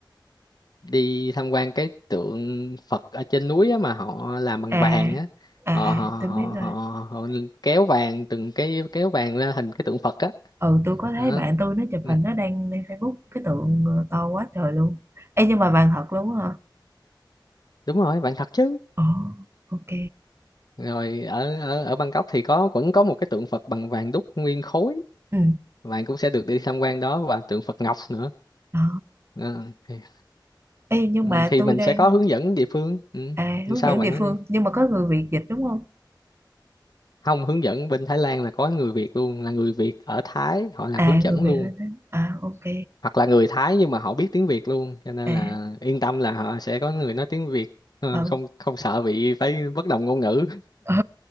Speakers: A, on the left (about 55°); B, on the right (about 30°).
A: đi tham quan cái tượng Phật ở trên núi á mà họ làm bằng
B: à
A: vàng á
B: à
A: họ
B: à
A: họ họ
B: tôi biết rồi
A: họ, họ kéo vàng từng cái kéo vàng ra hình cái tượng Phật á
B: ừ tôi có thấy
A: đó.
B: bạn tôi nó chụp
A: Ừ,
B: hình nó đăng lên Facebook cái tượng ờ, to quá trời luôn Ê nhưng mà vàng thật luôn á hả
A: đúng rồi vàng thật chứ
B: ồ ok
A: rồi ở ở ở Bangkok thì có vẫn có một cái tượng Phật bằng vàng đúc nguyên khối
B: ừ
A: bạn cũng sẽ được đi tham quan đó và tượng Phật Ngọc nữa
B: ờ
A: Ờ, thì,
B: Ê nhưng
A: ừ,
B: mà
A: thì
B: tôi
A: mình
B: đang
A: sẽ có hướng dẫn địa phương ừ.
B: à
A: Nhưng
B: hướng
A: sao
B: dẫn
A: bạn
B: địa
A: nói
B: phương
A: đi
B: nhưng mà có người Việt dịch đúng không
A: không hướng dẫn bên Thái Lan là có người Việt luôn là người Việt ở Thái họ làm
B: à
A: hướng dẫn
B: người Việt
A: luôn
B: lên đó à ok
A: hoặc là người Thái nhưng mà họ biết tiếng Việt luôn cho nên
B: à
A: là yên tâm là họ sẽ có người nói tiếng Việt Ờ,
B: ừ
A: không không sợ bị phải bất đồng ngôn ngữ
B: <laughs> ừ